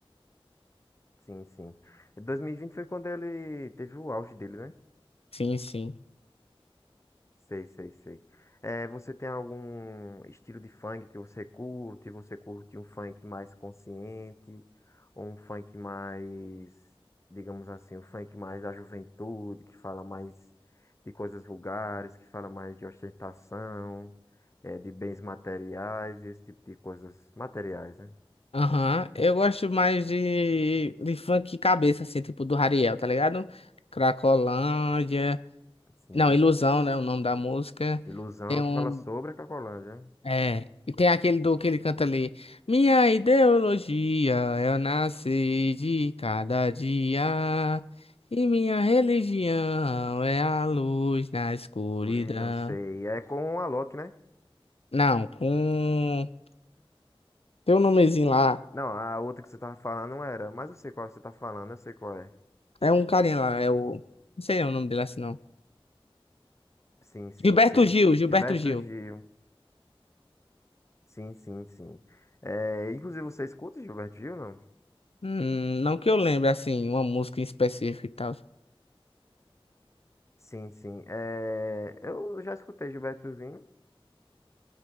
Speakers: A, on the left; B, on the left.
A: Sim, sim. E 2020 foi quando ele teve o auge dele, né?
B: Sim, sim.
A: Sei, sei, sei. É, você tem algum estilo de funk que você curte? Você curte um funk mais consciente? Ou um funk mais, digamos assim, um funk mais da juventude, que fala mais de coisas vulgares, que fala mais de ostentação, é, de bens materiais, esse tipo de coisas materiais, né?
B: Aham, eu gosto mais de, de funk cabeça, assim, tipo do Rariel, tá ligado? Cracolândia,
A: Sim.
B: não, Ilusão, né, o nome da música.
A: Ilusão
B: Tem
A: que
B: um,
A: fala sobre a Cacolândia.
B: é, e tem aquele do que ele canta ali. Minha ideologia, eu nasci de cada dia, e minha religião é a luz na escuridão.
A: Guri, dancei. É com a Loki, né?
B: Não, com, tem um nomezinho lá,
A: Não, a outra que você tava falando não era. Mas eu sei qual você tá falando, eu sei qual é.
B: é um carinha lá, é o, não sei o nome dele assim, não.
A: Sim, sim,
B: Gilberto
A: sei.
B: Gil, Gilberto
A: Gilberto
B: Gil.
A: Gil. Sim, sim, sim. É, inclusive, você escuta Gilberto Gil, não?
B: Hum, não que eu lembre, assim, uma música em específico e tal.
A: Sim, sim. É, eu já escutei Gilbertozinho,